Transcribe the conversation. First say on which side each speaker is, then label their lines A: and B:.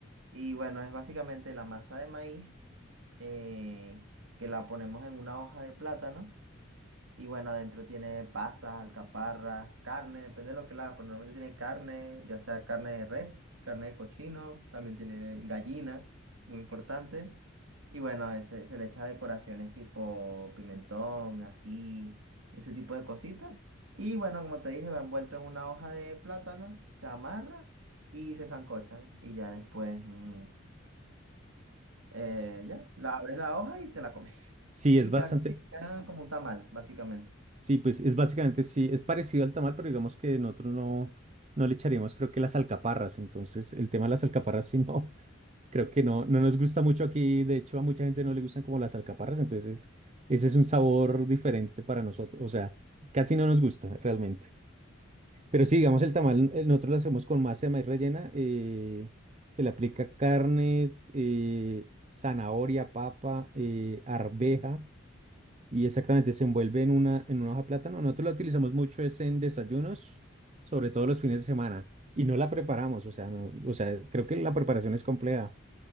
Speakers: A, on the right; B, on the right.
A: Y bueno, es básicamente la masa de maíz eh, que la ponemos en una hoja de plátano. Y bueno, adentro tiene pasas, alcaparras, carne, depende de lo que la hagas, pero normalmente tiene carne, ya sea carne de res, carne de cochino, también tiene gallina, muy importante. Y bueno, a ese- se le echa decoraciones tipo pimentón, ají, ese tipo de cositas. Y bueno, como te dije, va envuelto en una hoja de plátano, se amarra y se sancocha. Y ya después, mm, eh, ya, la abres la hoja y te la comes. <laughs>
B: Sí,
A: Y
B: es bastante.
A: queda, sí, queda como un tamal, básicamente.
B: Sí, pues es básicamente, sí, es parecido al tamal, pero digamos que nosotros no, no le echaríamos, creo que las alcaparras. Entonces, el tema de las alcaparras, sí, no, <laughs> creo que no, no nos gusta mucho aquí. De hecho, a mucha gente no le gustan como las alcaparras. Entonces, ese es un sabor diferente para nosotros. O sea, casi no nos gusta realmente. Pero sí, digamos, el tamal, eh, nosotros lo hacemos con masa de maíz rellena. eh, se le aplica carnes, eh, zanahoria, papa, eh, arveja y exactamente se envuelve en una, en una hoja de plátano. Nosotros la utilizamos mucho es en desayunos, sobre todo los fines de semana, y no la preparamos, o sea, no- o sea, creo que la preparación es compleja.